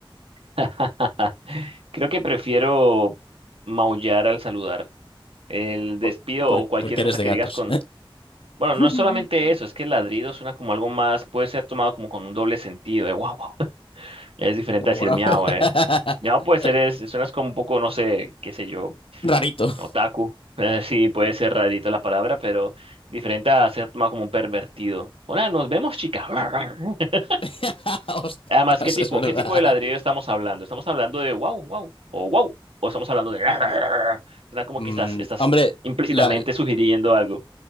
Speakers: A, on the right; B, on the left.
A: <laughs> Creo que prefiero maullar al saludar. El despido
B: Por- por-
A: o cualquier
B: porque
A: cosa
B: eres de
A: que
B: gatos.
A: digas con... Bueno,
B: <laughs>
A: no es solamente eso, es que el ladrido suena como algo más, puede ser tomado como con un doble sentido, de wow, Es diferente
B: Guau,
A: a decir
B: guau.
A: miau,
B: <laughs>
A: eh. Miau puede ser, es, suenas como un poco, no sé, qué sé yo,
B: Rarito.
A: otaku. <laughs> Sí, puede ser rarita la palabra, pero diferente a ser tomado como un pervertido. Hola, nos vemos, chica. <laughs>
B: <laughs> Ostras,
A: Además, ¿qué tipo,
B: es verdad.
A: qué tipo de ladrido estamos hablando? ¿Estamos hablando de wow, wow, o wow? ¿O estamos hablando de... <laughs> Suena como
B: Mm,
A: que estás, estás
B: hombre,
A: implícitamente
B: la-
A: sugiriendo algo.